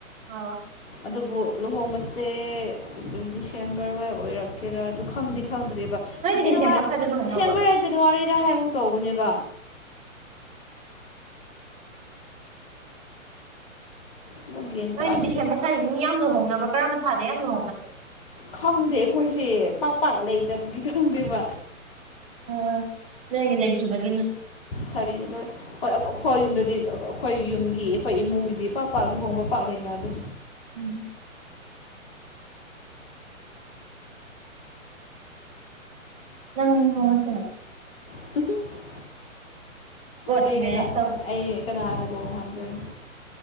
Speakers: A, on the right (about 20°); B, on the left (about 40°).
A: ꯑꯥ
B: ꯑꯗꯨꯕꯨ ꯂꯨꯍꯣꯡꯕꯁꯦ ꯗꯤꯁꯦꯝꯕꯔ ꯋꯥꯏ ꯑꯣꯏꯔꯛꯀꯦꯔꯥ ꯑꯗꯨ ꯈꯪꯗꯤ ꯈꯪꯗ꯭ꯔꯤꯕ
A: ꯅꯣꯏꯗꯤ
B: ꯖꯦꯅꯥꯋꯔ
A: ꯗꯤꯁꯦꯝꯕꯔ ꯁ꯭ꯋꯥꯏꯗ ꯂꯨꯍꯣꯡꯅꯕ꯭ꯔꯣ
B: ꯗꯤꯁꯦꯝꯕꯔ ꯖꯅꯋꯥꯔꯤꯔ ꯍꯥꯏ ꯎꯝ ꯇꯧꯕꯅꯦꯕ ꯑꯗꯣ ꯒ꯭ꯌꯥꯟ
A: ꯅꯣꯏꯗꯤ
B: ꯇꯥꯗꯦ
A: ꯗꯤꯁꯦꯝꯕꯔ ꯁ꯭ꯋꯥꯏꯖꯤ ꯃꯤ ꯌꯥꯝ ꯂꯨꯍꯣꯡꯅꯕꯔꯣ ꯀꯔꯝꯕ ꯊꯥꯗ ꯌꯥꯝ ꯂꯨꯍꯣꯡꯅꯒꯦ
B: ꯈꯪꯗꯦ ꯑꯩꯈꯣꯏꯁꯦ ꯄꯥꯛ ꯄꯥꯛ ꯂꯩꯇꯕꯒꯤ ꯈꯪꯗꯦꯕ
A: ꯑꯣ ꯅꯣꯏꯒꯤ ꯂꯩꯇꯔ꯭ꯤꯕꯒꯤꯅꯤ
B: ꯁꯔꯤꯗ ꯂꯣꯏ ꯍꯣꯏ ꯑꯩꯈꯣꯏ ꯌꯨꯝꯗꯨꯗꯤ ꯑꯩꯈꯣꯏ ꯌꯨꯝꯒꯤ ꯑꯩꯈꯣꯏ ꯏꯃꯨꯡꯒꯤꯗꯤ ꯄꯥꯛ ꯄꯥꯛ ꯂꯨꯍꯣꯡꯕ ꯄꯥꯛ ꯂꯩꯅꯗꯦ
A: ꯎꯝ ꯅꯪ ꯍꯣꯡꯉꯁꯦꯅ
B: <inaudible>
A: ꯀꯣꯔꯠ
B: ꯑꯩ
A: ꯃꯦꯔꯦꯖ
B: ꯀꯅꯥ
A: ꯇꯧꯔꯁꯦ
B: ꯑꯩ ꯀꯅꯥꯒ ꯂꯨꯍꯣꯡꯍꯟꯗꯣꯏꯅꯣ